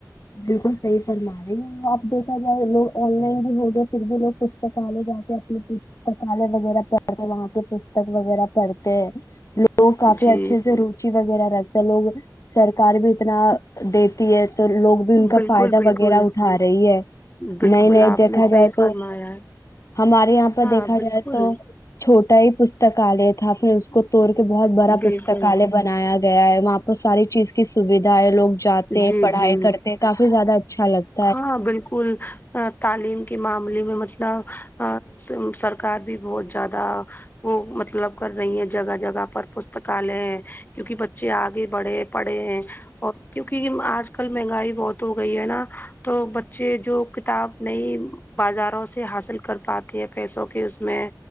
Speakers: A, on the left; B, on the left.
A: بالکل صحیح فرما رہے ہیں آپ دیکھا جائے لوگ آن لائن بھی ہو گیا پھر بھی لوگ پستکالے جاتے اپنے پستکال وغیرہ پڑھتے وہاں پہ پستک وغیرہ پڑھتے وہ کافی
B: جی
A: اچھے سے رکھے وغیرہ رہتا لوگ سرکار بھی اتنا دیتی ہے تو لوگ بھی ان کا
B: بالکل
A: فائدہ
B: بالکل
A: وغیرہ اٹھا رہی ہے
B: بالکل
A: نئے نئے
B: آپ
A: دیکھا
B: نے صحیح
A: جائے
B: فرمایا
A: تو
B: ہے
A: ہمارے یہاں پر
B: ہاں
A: دیکھا
B: بالکل
A: جائے تو چھوٹا ہی پستکالیہ تھا پھر اس کو توڑ کے بہت بڑا
B: بالکل
A: پستکالیہ بنایا گیا ہے وہاں پر ساری چیز کی سویدھا ہے لوگ جاتے
B: جی
A: ہیں پڑھائی
B: جی
A: کرتے یہ کافی زیادہ اچھا لگ
B: ہاں بالکل تعلیم کے معاملے میں مطلب سرکار بھی بہت زیادہ وہ مطلب کر رہی ہیں جگہ جگہ پر پستکالے کیونکہ بچے آگے بڑھے پڑھے ہیں اور کیونکہ آج کل مہنگائی بہت ہو گئی ہے نا تو بچے جو کتاب نئی بازاروں سے حاصل کر پاتے ہیں پیسوں کے اس میں